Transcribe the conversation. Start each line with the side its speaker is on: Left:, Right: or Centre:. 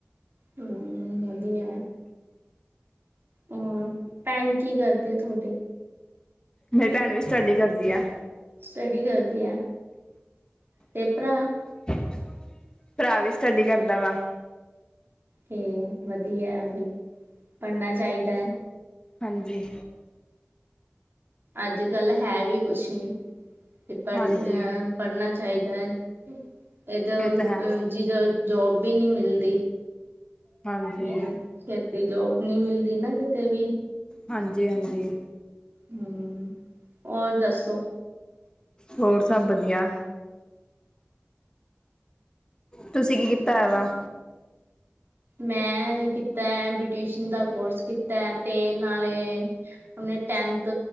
Right: ਹੂੰ ਵਧੀਆ ਏ। ਹੋਰ ਭੈਣ ਕੀ ਕਰਦੇ ਹੈ ਤੁਹਾਡੇ?
Left: ਮੇਰੀ ਭੈਣ ਵੀ ਸਟੱਡੀ ਕਰਦੀ ਆ।
Right: ਸਟੱਡੀ ਕਰਦੀ ਐ, ਤੇ ਭਰਾ
Left: <unintelligible> ਭਰਾ ਵੀ ਸਟੱਡੀ ਕਰਦਾ ਵਾ।
Right: ਤੇ ਵਧੀਆ ਏ ਵੀ ਪੜ੍ਹਨਾ ਚਾਹੀਦਾ ਐ।
Left: ਹਾਂਜੀ।
Right: ਅੱਜ ਕੱਲ ਹੈ ਵੀ ਕੁਛ ਨੀ, ਤੇ ਪੜਨਾ
Left: ਹਾਂਜੀ
Right: ਐ। ਪੜ੍ਹਨਾ ਚਾਹੀਦਾ ਹੈ, ਇਹਦ
Left: ਇਹ ਤਾਂ ਹੈ
Right: ਜਿਦ ਜੋਬ ਵੀ ਨਹੀਂ ਮਿਲਦੀ।
Left: ਹਾਂਜੀ
Right: ਜਿਵੇ ਛੇਤੀ ਜੋਬ ਨੀ ਮਿਲਦੀ ਨਾ ਕਿਤੇ ਵੀ।
Left: ਹਾਂਜੀ, ਹਾਂਜੀ।
Right: ਹੂੰ ਹੋਰ ਦੱਸੋ?
Left: ਹੋਰ ਸਭ ਵਧੀਆ। ਤੁਸੀਂ ਕੀ ਕੀਤਾ ਹੋਆ ਵਾ
Right: ਮੈਂ ਕੀਤਾ ਐ ਬਿਊਟੀਸ਼ਨ ਦਾ ਕੋਰਸ ਕੀਤਾ ਤੇ ਨਾਲੇ ਹਲੇ ਟੈਨਥ